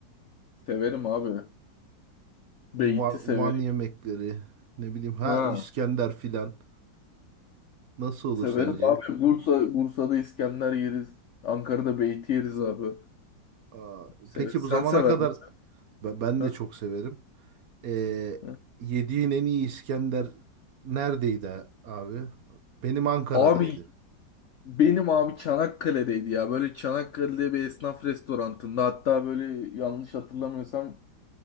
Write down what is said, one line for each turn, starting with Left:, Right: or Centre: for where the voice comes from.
Left: Severim abi. Beyti
Right: Van,
Left: severim.
Right: Van yemekleri, ne bileyim ha
Left: Ha,
Right: İskender filan. Nasıl olur
Left: severiz
Right: sence?
Left: abi. Bursa, Bursa'da İskender yeriz. Ankara'da beyti yeriz abi.
Right: Aa,
Left: Severiz.
Right: peki
Left: Sen
Right: bu zamana
Left: sever
Right: kadar
Left: misin?
Right: ben, ben
Left: Ha?
Right: de çok severim. Ee,
Left: ha.
Right: yediğin en iyi İskender neredeydi ha- abi? Benim Ankara'daydı.
Left: Abi Benim abi Çanakkale'deydi ya. Böyle Çanakkale'de bir esnaf restorantında hatta böyle yanlış hatırlamıyorsam